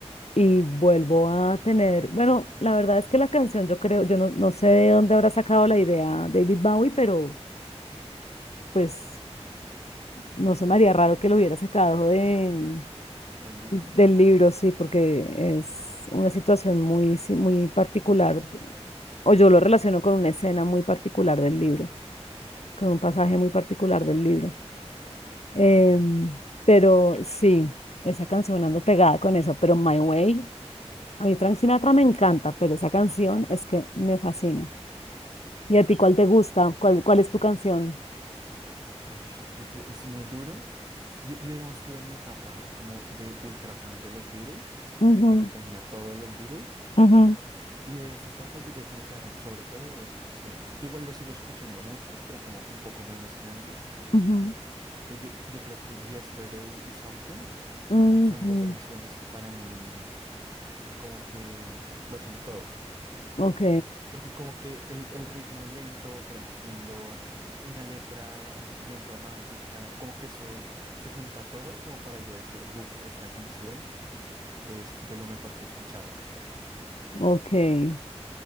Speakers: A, on the left; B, on the right.
A: Y vuelvo a tener, bueno, la verdad es que la canción, yo creo, yo no, no sé de dónde habrá sacado la idea David Bowie, pero pues no se me haría raro que lo hubiera sacado de,
B: ¿Del libro?
A: del libro, sí, porque es una situación muy, sí, muy particular, o yo lo relaciono con una escena muy particular del libro, con un pasaje muy particular del libro. Em,
B: Ok.
A: pero sí, esa canción ando pegada con eso, pero My Way, a mí Frank Sinatra me encanta, pero esa canción es que me fascina. ¿Y a ti cuál te gusta? ¿Cuál, cuál es tu canción?
B: Uy, yo creo que es muy duro. Yo, yo, digamos, tuve mi etapa como de ultra fan de los Beatles,
A: Ujú,
B: de que tenía todo de los Beatles.
A: ujú,
B: Y de esa etapa yo creo que me quedaron sobre todo dos canciones, que igual lo sigo escuchando mucho, pero como un poco menos que antes.
A: ujú.
B: Pero yo, yo creo que Yesterday y Something
A: Ujú.
B: son dos canciones que para mí como que lo son todo.
A: Ok,
B: Porque como que el, el ritmo lento, tranquilo, una letra bien romántica, como que eso se junta todo como para yo decir, buf, esta canción es de lo mejor que he escuchado.
A: ok.